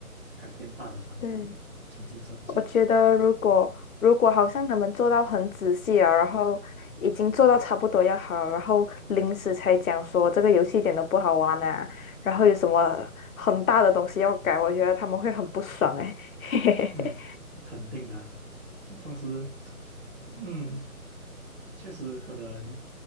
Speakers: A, on the right; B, on the left.
A: 改变大的方向，
B: 对，
A: 重新设计，
B: 我觉得如果如果好像他们做到很仔细啊，然后已经做到差不多要好，然后临时才讲说这个游戏一点都不好玩啊，然后有什么很大的东西要改，我觉得他们会很不爽哎、<laughs>
A: 嗯，是肯定的啊。但同时，嗯，确实可能